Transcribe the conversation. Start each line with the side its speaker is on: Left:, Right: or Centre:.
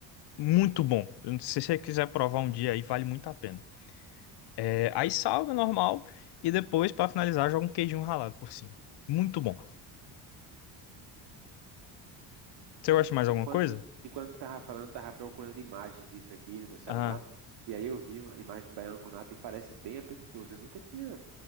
Left: muito bom. Se você quiser provar um dia aí, vale muito a pena. É, aí salga normal e depois para finalizar joga um queijinho ralado por cima. Muito bom. Você gosta de mais
Right: Enquanto,
Left: alguma coisa?
Right: enquanto tava falando, tava procurando imagens disso aqui no meu celular.
Left: Ah,
Right: E aí eu vi a imagem do baião com nata e parece bem apetitoso. Eu nunca tinha